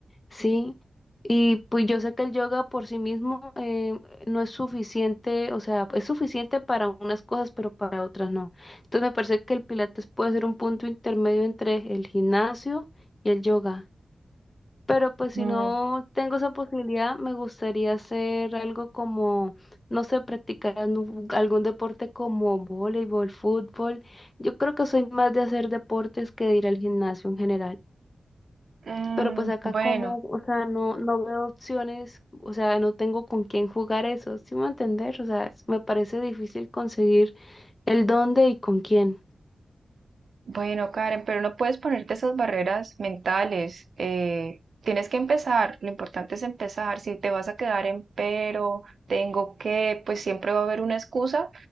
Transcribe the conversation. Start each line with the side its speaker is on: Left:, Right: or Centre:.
Left: Sí, y pues yo sé que el yoga por sí mismo eh, no es suficiente, o sea, es suficiente para unas cosas, pero para otras no. Entonces me parece que el pilates puede ser un punto intermedio entre el gimnasio y el yoga. Pero pues
Right: Mm,
Left: si no tengo esa posibilidad, me gustaría hacer algo como, no sé, practicar algún algún deporte como voleibol, fútbol. Yo creo que soy más de hacer deportes que de ir al gimnasio en general.
Right: mm,
Left: Pero pues acá
Right: bueno,
Left: como, o sea, no, no veo opciones, o sea, no tengo con quién jugar eso, ¿sí me va a entender? O sea, es- me parece difícil conseguir el dónde y con quién.
Right: bueno, Karen, pero no puedes ponerte esas barreras mentales. eh, tienes que empezar. Lo importante es empezar. Si te vas a quedar en pero, tengo que, pues siempre va a haber una excusa